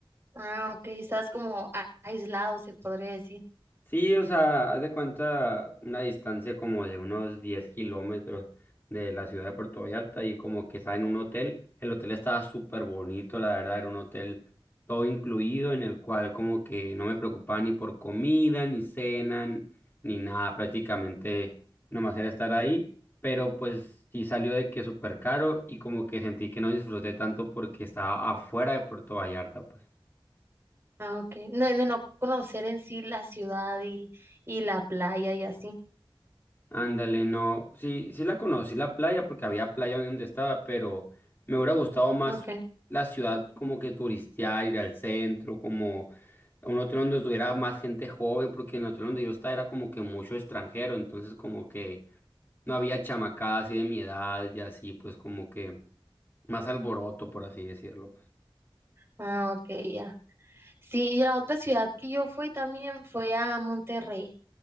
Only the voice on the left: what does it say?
Sí, o sea, haz de cuenta una distancia como de unos 10 kilómetros de la ciudad de Puerto Vallarta y como que estaba en un hotel. El hotel estaba súper bonito, la verdad, era un hotel todo incluido en el cual como que no me preocupaba ni por comida, ni cena, n- ni nada, prácticamente nomás era estar ahí, pero pues sí salió de que súper caro y como que sentí que no disfruté tanto porque estaba afuera de Puerto Vallarta, pues.
Ándale, no, sí, sí la conocí la playa porque había playa donde estaba, pero me hubiera gustado más
la ciudad como que turistear, ir al centro, como a un hotel donde estuviera más gente joven, porque en el hotel donde yo estaba era como que mucho extranjero, entonces como que no había chamacadas así de mi edad y así, pues como que más alboroto, por así decirlo. pues.